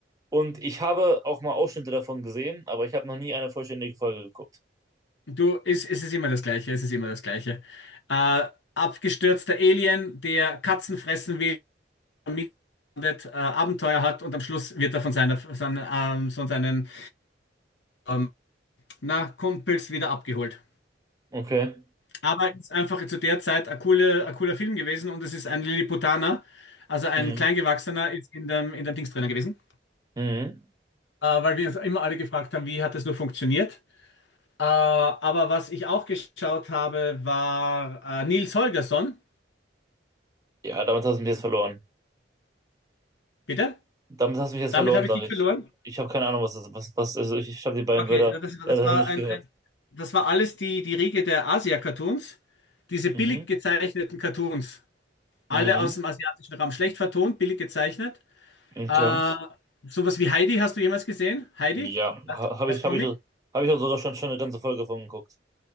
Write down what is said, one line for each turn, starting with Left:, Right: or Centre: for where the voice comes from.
Right: Und ich habe auch mal Ausschnitte davon gesehen, aber ich habe noch nie eine vollständige Folge geguckt.
Left: du, es, es ist immer das Gleiche. Es ist immer das Gleiche. Äh, abgestürzter Alien, der Katzen fressen will, mit, äh, Abenteuer hat und am Schluss wird er von seiner, von, ähm, von seinen ähm, na, Kumpels wieder abgeholt.
Right: Okay.
Left: Aber ist einfach zu der Zeit ein cooler, ein cooler Film gewesen und es ist ein Lilliputaner, also ein
Right: Mhm.
Left: Kleingewachsener, ist in dem, in dem Dings drinnen gewesen.
Right: Mhm.
Left: Äh, weil wir uns immer alle gefragt haben, wie hat das nur funktioniert. Äh, aber was ich auch geschaut habe, war äh, Nils Holgersson.
Right: Ja, damit hast du mich jetzt verloren.
Left: Bitte?
Right: Damit hast du mich jetzt
Left: Damit
Right: verloren,
Left: habe
Right: sage
Left: ich dich
Right: ich.
Left: verloren.
Right: Ich habe keine Ahnung, was das ist. Was, was, also ich ich habe die beiden
Left: Okay,
Right: Wörter
Left: ja, das, war-
Right: leider
Left: das war
Right: nicht
Left: ein,
Right: gehört.
Left: ein, das war alles die, die Riege der Asia-Cartoons. Diese billig
Right: Mhm.
Left: gezeichneten Cartoons. Alle
Right: Mhm.
Left: aus dem asiatischen Raum schlecht vertont, billig gezeichnet.
Right: Okay.
Left: Äh, sowas wie Heidi hast du jemals gesehen? Heidi
Right: Ja,
Left: als,
Right: ha- habe
Left: als
Right: ich,
Left: Comic?
Right: habe ich, habe ich auch sogar schon, schon eine ganze Folge davon geguckt.